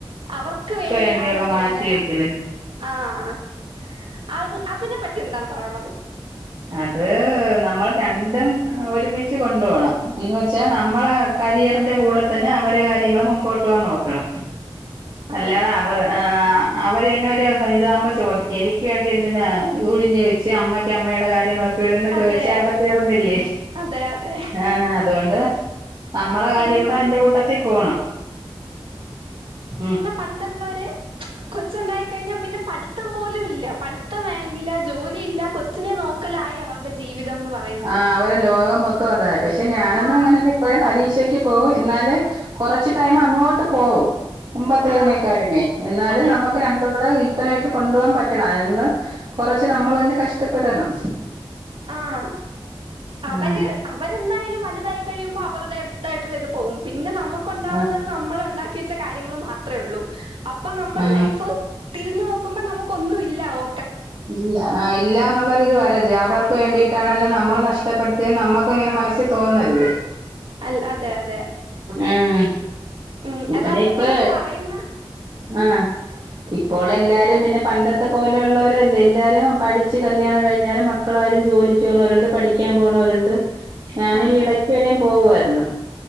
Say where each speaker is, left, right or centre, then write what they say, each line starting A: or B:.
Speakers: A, on the right; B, on the right.
A: അവർക്ക് വേണ്ടിയാണ്
B: വേണ്ടിയുള്ള
A: പിന്നെ
B: മാറ്റിവെക്കല്
A: ആഹ് ആഹ് അത് അതിനെ പറ്റി എന്താണ് പറയാള്ളത്
B: അത് നമ്മൾ രണ്ടും ഒരുമിച്ച് കൊണ്ട്പോണം എന്ന് വെച്ചാ നമ്മളെ കരിയറിന്റെ കൂടെ തന്നെ അവരെ കാര്യങ്ങള് മുമ്പോട്ടുവാൻ നോക്കണം
A: ആഹ്
B: അല്ലാതവർ അവര് തന്നെ ഒരുസം ഇതാവുമ്പോ ചോദിക്കും എനിക്ക് വേണ്ടി എന്തിനാ ഉഴിഞ്ഞ് വെച്ച് അമ്മയ്ക്ക് അമ്മെ ടെ കാര്യം നോക്കിക്കൂടെന്ന്
A: അതെ
B: ചോയ്ച്ചാ അവ്ടെ തീർന്നില്ലേ
A: അതെ അതെ
B: ആഹ് അതുകൊണ്ട് നമ്മളെ കാര്യം
A: എനിക്ക്
B: കൂടെ അത് ന്റെ കൂട്ടത്തി പോണം ഉം
A: പണ്ട്ള്ളോര് കൊച്ചുണ്ടായി കഴിഞ്ഞാ പിന്നെ പഠ്ത്തം പോലും ഇല്ല പഠ്‌ത്തം വേ ഇല്ല ജോലി ഇല്ല കൊ ച്ചിനെ നോക്കലായി അവൾടെ ജീവിതംന്ന് പർ
B: ആഹ് അവരെ ലോകം മൊത്തം അതായി പക്ഷെ ഞാനൊന്നും
A: ആ
B: അങ്ങനൊരു ഇപ്പഴും പരീക്ഷക്ക് പോവും എന്നാല് കുറച്ച് ടൈമ് അങ്ങോട്ട് പോവും മുമ്പത്തേതിനേക്കാലുമേ
A: ആ
B: എന്നാലും
A: അതെ
B: നമ്മ രണ്ടും കൂടെ ഈക്വലായിട്ട് കൊണ്ടു പോകാൻ പറ്റണം അതിന്ന് കൊറച്ച് നമ്മള് തന്നെ കഷ്ടപ്പെടണം
A: ആഹ് അവര്
B: ആഹ്
A: അവരെന്തായാലും വലുതായി കഴിയുമ്പോൾ അവരുടേതായിട്ടുള്ള ഇത് പോകും പിന്നെ നമുക്കുണ്ടാവുന്നത്
B: ആഹ്
A: നമ്മളുണ്ടാ ക്കി വച്ച കാര്യങ്ങള് മാത്രേ ഉള്ളൂ അപ്പൊ നമ്മുടെ
B: ആഹ്
A: ലൈഫ് തിരിഞ്ഞ് നോക്കുമ്പോ നമുക്ക് ഒന്നും ഇല്ല ഓ
B: ഇല്ല ആഹ് ഇല്ലാന്നുള്ളൊരിത് വാ അവർക്ക് വേണ്ടിട്ടാണല്ലോ അവർക്ക് വേണ്ടിയിട്ടാണല്ലോ നമ്മളെ നഷ്ടപ്പെടുത്തിയത് നമ്മക്ക്‌ ഇങ്ങനെ മനസ്സിൽ തോന്നരുത്
A: അൽ അതെ അതെ
B: ആഹ്
A: ഉം
B: ഇപ്പന്നെ
A: യഥാർത്ഥത്തി
B: ഇപ്പൊ
A: ഈ പറയുന്ന
B: ആഹ് ഇപ്പോള് എല്ലാരും പിന്നെ പണ്ടത്തെ പോലെയുള്ള ല്ല എല്ലാരും പഠിച്ച് കല്യാണം കഴിഞ്ഞാലും മക്കളായാലും ജോലിക്ക് പോണവരുണ്ട് പഠിക്കാൻ പോണവരുണ്ട് ഞാനീ
A: ആഹ്
B: ഈ ഇടക്ക് വരെയും പോവായിരുന്നു